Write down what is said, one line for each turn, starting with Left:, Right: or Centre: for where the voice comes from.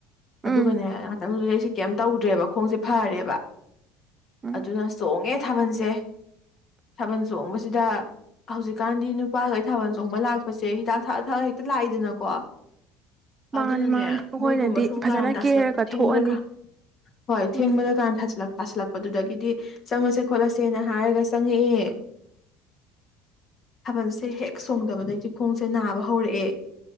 Right: ꯎꯝ
Left: ꯑꯗꯨꯒꯅꯦ ꯉꯥꯛꯇꯪꯗꯨꯗ ꯀꯩꯝ ꯇꯧꯗ꯭ꯔꯦꯕ ꯈꯣꯡꯁꯦ ꯐꯔꯦꯕ
Right: ꯎꯝ
Left: ꯑꯗꯨꯅ ꯆꯣꯡꯉꯦ ꯊꯥꯕꯜꯁꯦ ꯊꯥꯕꯜ ꯆꯣꯡꯕꯁꯤꯗ ꯍꯧꯖꯤꯛꯀꯥꯟꯗꯤ ꯅꯨꯄꯥꯈꯩ ꯊꯥꯕꯜ ꯆꯣꯡꯕ ꯂꯥꯛꯄꯁꯦ ꯍꯤꯗꯥꯛꯊ ꯍꯦꯛꯇ ꯂꯥꯛꯏꯗꯅꯀꯣ
Right: ꯃꯥꯅꯤ
Left: ꯑꯗꯨꯅꯅꯦ
Right: ꯃꯥꯅꯤ ꯑꯩꯈꯣꯏꯅꯗꯤ
Left: ꯃꯣꯏꯒꯨꯝꯕ ꯁꯨꯝ
Right: ꯐꯖꯅ
Left: ꯀꯥ ꯇꯥꯁꯤꯜꯂꯛꯄ
Right: ꯀꯦꯔꯒ
Left: ꯊꯦꯡꯕꯗ
Right: ꯊꯣꯛꯑꯅꯤ
Left: ꯀꯥ ꯍꯣꯏ ꯊꯦꯡꯕꯗ
Right: ꯎꯝ
Left: ꯀꯥꯟꯅ ꯊꯜ ꯇꯥꯁꯤꯜꯂꯛꯄꯗꯨꯗꯒꯤꯗꯤ ꯆꯪꯉꯁꯦ ꯈꯣꯠꯂꯁꯦꯅ ꯍꯥꯏꯔꯒ ꯆꯪꯉꯛꯑꯦ ꯊꯥꯕꯜꯁꯦ ꯍꯦꯛ ꯁꯣꯡꯗꯕꯗꯒꯤꯗꯤ ꯈꯣꯡꯁꯦ ꯅꯥꯕ ꯍꯧꯔꯛꯑꯦ